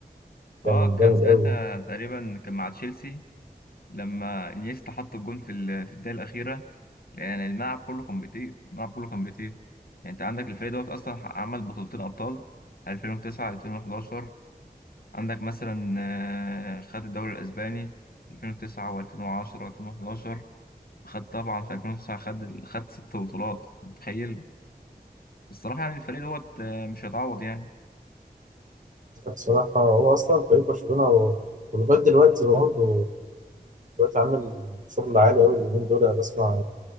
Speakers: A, on the left; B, on the right.
A: اه
B: كان
A: كان
B: جامد
A: ساعتها
B: قوي
A: تقريبا كان مع تشيلسي لما انيستا حط الجون في ال- في الدقيقه الاخيره يعني الملعب كله كان بيطير الملعب كله كان بيطير يعني انت عندك الفريق دوت اصلا ح- عمل بطولتين ابطال 2009 2011 عندك مثلا آه، خد الدوري الاسباني 2009 و2010 و2011 خد طبعا في 2009 خد خد ست بطولات أنت متخيل الصراحه يعني الفريق دوت آه، مش هيتعوض يعني
B: بصراحه هو اصلا فريق برشلونه هو- ولغايه دلوقتي برضه دلوقتي عامل شغل عالي قوي اليومين دول انا بسمع